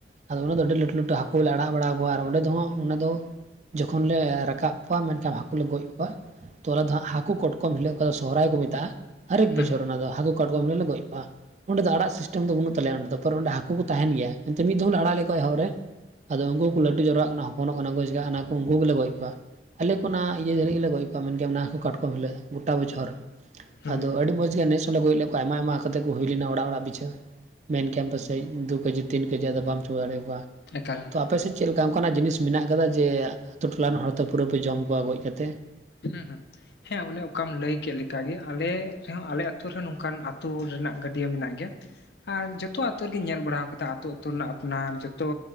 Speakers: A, on the right; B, on the left.
A: ᱟᱫᱚ ᱚᱱᱟ ᱫᱚ ᱟᱹᱰᱤ ᱞᱟᱹᱴᱩ ᱞᱟᱹᱴᱩ ᱦᱟᱠᱳ ᱞᱮ ᱟᱲᱟᱜ ᱵᱟᱲᱟ ᱠᱚᱣᱟ ᱟᱨ ᱚᱸᱰᱮ ᱫᱚ ᱦᱟᱸᱜ ᱚᱱᱟ ᱫᱚ ᱡᱚᱠᱷᱚᱱ ᱞᱮ ᱨᱟᱠᱟᱵ ᱠᱚᱣᱟ ᱢᱮᱱᱠᱷᱟᱱ ᱦᱟᱹᱠᱩ ᱞᱮ ᱜᱚᱡ ᱠᱚᱣᱟ, ᱛᱚ ᱟᱞᱮ ᱫᱚ ᱦᱟᱸᱜ ᱦᱟᱹᱠᱩ ᱠᱟᱴᱠᱚᱢ ᱦᱤᱞᱳᱜ ᱠᱚᱫᱚ ᱥᱚᱦᱨᱟᱭ ᱠᱚ ᱢᱮᱛᱟᱜᱼᱟ, ᱦᱟᱨᱮᱠ
B: ᱦᱩᱸ
A: ᱵᱚᱪᱷᱚᱨ ᱚᱱᱟ ᱫᱚ ᱦᱟᱹᱠᱩ ᱠᱟᱴᱠᱚᱢ ᱦᱤᱞᱳᱜ ᱞᱮ ᱜᱚᱡ ᱠᱚᱣᱟ᱾ ᱚᱸᱰᱮ ᱫᱚ ᱟᱲᱟᱜ ᱥᱤᱥᱴᱮᱢ ᱫᱚ ᱵᱟᱹᱱᱩᱜ ᱛᱟᱞᱮᱭᱟ ᱚᱸᱰᱮ ᱫᱚ <unintelligible> ᱚᱸᱰᱮ ᱦᱟᱹᱠᱩ ᱠᱚ ᱛᱟᱦᱮᱱ ᱜᱮᱭᱟ <unintelligible> ᱢᱤᱫ ᱫᱷᱟᱣ ᱞᱮ ᱟᱲᱟᱜ ᱞᱮᱜ ᱠᱚᱣᱟ ᱮᱦᱚᱵ ᱨᱮ ᱟᱫᱚ ᱩᱱᱠᱩ ᱠᱚ ᱞᱟᱹᱴᱩ ᱡᱟᱣᱨᱟᱜ ᱠᱟᱱᱟ ᱦᱚᱯᱚᱱᱚᱜ ᱠᱟᱱᱟ ᱠᱚ ᱪᱮᱠᱟᱜ ᱠᱟᱱᱟ ᱠᱚ ᱩᱱᱠᱩ ᱜᱮᱞᱮ ᱜᱚᱡ ᱠᱚᱣᱟ᱾ ᱟᱞᱮ ᱠᱚ ᱚᱱᱟ ᱤᱭᱟᱹ ᱫᱷᱟᱹᱨᱤᱡ ᱜᱮᱞᱮ ᱜᱚᱡ ᱠᱚᱣᱟ ᱢᱮᱱᱠᱮ ᱚᱱᱟ ᱦᱟᱹᱠᱩ ᱠᱟᱴᱠᱚᱢ ᱦᱤᱞᱳᱜ ᱜᱚᱴᱟ ᱵᱚᱪᱷᱚᱨ᱾
B: ᱦᱩᱸ
A: ᱟᱫᱚ ᱟᱹᱰᱤ ᱢᱚᱸᱡᱽ ᱜᱮ ᱱᱮᱥ ᱦᱚᱞᱮ ᱜᱚᱡ ᱞᱮᱫ ᱠᱚᱣᱟ ᱟᱭᱢᱟ ᱟᱭᱢᱟ ᱠᱟᱛᱮ ᱦᱩᱭ ᱞᱮᱱᱟ ᱚᱲᱟᱜ ᱚᱲᱟᱜ ᱵᱤᱪᱷᱟᱹ ᱢᱮᱱ ᱠᱮᱭᱟᱢ ᱯᱟᱥᱮᱡ ᱫᱩ ᱠᱮᱡᱤ ᱛᱤᱱ ᱠᱮᱡᱤ ᱟᱫᱚ ᱵᱟᱢ ᱪᱟᱵᱟ ᱫᱟᱲᱮᱭᱟᱠᱚᱣᱟ᱾
B: ᱮᱠᱟᱞ
A: ᱛᱚ ᱟᱯᱮᱥᱮᱫ ᱪᱮᱫ ᱞᱮᱠᱟ ᱚᱱᱠᱟᱱᱟᱜ ᱡᱤᱱᱤᱥ ᱢᱮᱱᱟᱜ ᱟᱠᱟᱫᱟ ᱡᱮ <unintelligible> ᱴᱚᱞᱟ ᱨᱮᱱ ᱦᱚᱲ ᱫᱚ ᱯᱩᱨᱟᱹ ᱯᱮ ᱡᱚᱢ ᱠᱚᱣᱟ ᱜᱚᱡ ᱠᱟ ᱠᱟᱛᱮᱫ
B: ᱦᱩᱸ ᱦᱩᱸ ᱦᱮᱸ ᱚᱱᱮ ᱚᱠᱟᱢ ᱞᱟᱹᱭ ᱠᱮᱫ ᱞᱮ ᱚᱱᱠᱟᱜᱮ ᱟᱞᱮ ᱨᱮᱦᱚᱸ ᱟᱞᱮ ᱟᱹᱛᱩ ᱨᱮ ᱱᱚᱝᱠᱟᱱ ᱟᱹᱛᱩ ᱨᱮᱱᱟᱜ ᱜᱟᱹᱰᱭᱟᱹ ᱢᱮᱱᱟᱜ ᱜᱮᱭᱟ ᱟᱨ ᱡᱚᱛᱚ ᱟᱛᱳ ᱨᱮᱜᱮᱧ ᱧᱮᱞ ᱵᱟᱲᱟ ᱠᱟᱫᱟ ᱟᱛᱳ ᱟᱹᱛᱩ ᱨᱮᱱᱟᱜ ᱟᱯᱱᱟᱨ ᱡᱚᱛᱚ